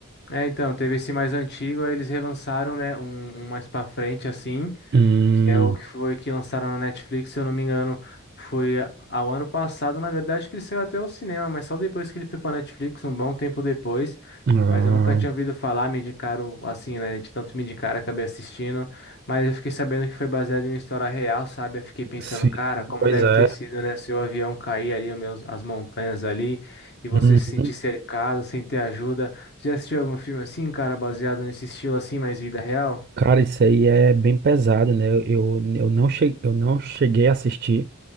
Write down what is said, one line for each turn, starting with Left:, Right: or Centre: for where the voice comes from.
Left: É, então, teve esse mais antigo, aí eles relançaram, né, um, um mais pra frente, assim,
Right: Hum,
Left: que é o que foi que lançaram na Netflix, se eu não me engano, foi a- ao ano passado, na verdade, que ele saiu até o cinema, mas só depois que ele foi pra Netflix, um bom tempo depois.
Right: ah,
Left: Mas eu nunca tinha ouvido falar, me indicaram assim, né? De tanto me indicar, acabei assistindo. Mas eu fiquei sabendo que foi baseado em uma história real, sabe? Eu fiquei pensando,
Right: sim,
Left: cara, como
Right: pois
Left: deve
Right: é.
Left: ter sido, né? Seu avião cair ali, os meus, as montanhas ali, e você
Right: Uhum.
Left: se sentir cercado, sem ter ajuda. Você já assistiu algum filme assim, cara, baseado nesse estilo assim, mais vida real?
Right: Cara, isso aí é bem pesado, né? Eu, eu não cheguei, eu não cheguei a assistir,